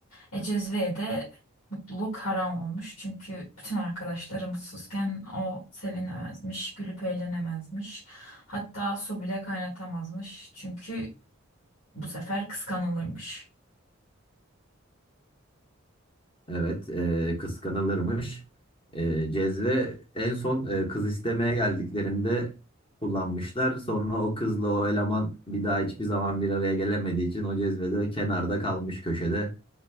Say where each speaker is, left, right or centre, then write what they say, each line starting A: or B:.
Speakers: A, on the left (about 75°); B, on the left (about 25°).
A: e, Cezve'ye de mutluluk haram olmuş. Çünkü bütün arkadaşları mutsuzken o sevinemezmiş, gülüp eğlenemezmiş. Hatta su bile kaynatamazmış. Çünkü bu sefer kıskanılırmış.
B: Evet, e, kıskanılırmış. E, cezve en son e, kız istemeye geldiklerinde kullanmışlar. Sonra o kızla o eleman bir daha hiçbir zaman bir araya gelemediği için o cezvede kenarda kalmış köşede.